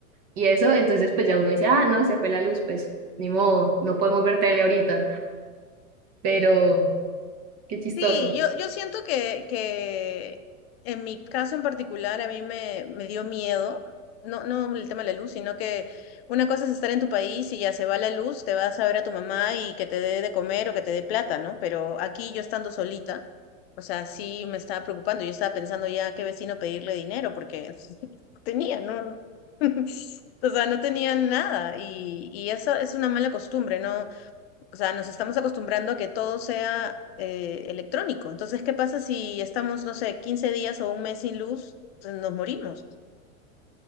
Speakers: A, on the right (about 40°); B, on the left (about 50°).
A: y eso, entonces pues ya uno dice, ah, no, se fue la luz, pues ni modo, no podemos ver tele ahorita, pero qué chistoso.
B: Sí, yo, yo siento que, que en mi caso en particular a mí me, me dio miedo, no, no el tema de la luz, sino que una cosa es estar en tu país y ya se va la luz, te vas a ver a tu mamá y que te dé de comer o que te dé plata, ¿no? Pero aquí yo estando solita, o sea, sí me estaba preocupando, yo estaba pensando ya a qué vecino pedirle dinero porque <laughs> no tenía, ¿no? <laughs> O sea, no tenía nada y, y eso es una mala costumbre, ¿no? o sea, nos estamos acostumbrando a que todo sea eh, electrónico. Entonces, ¿qué pasa si estamos, no sé, 15 días o un mes sin luz? Entonces, nos morimos.